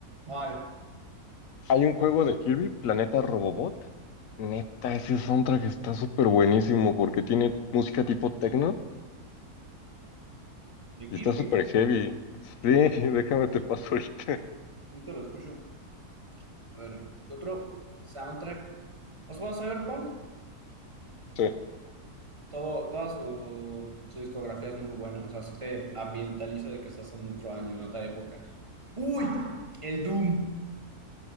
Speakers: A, on the right; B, on the left.
A: Ay,
B: Hay un juego de Kirby, Planeta Robobot. Neta, ese soundtrack está súper buenísimo porque tiene música tipo techno
A: de
B: y
A: Kirby.
B: está súper heavy. Sí, <laughs> déjame te paso ahorita. <laughs>
A: Nunca lo escucho. A ver, ¿qué otro soundtrack? ¿Os juega Cyberpunk?
B: Sí.
A: Todo, toda su, su discografía es muy buena. O sea, si te ambientaliza de que estás en otro año, en otra época. ¡Uy! El Doom.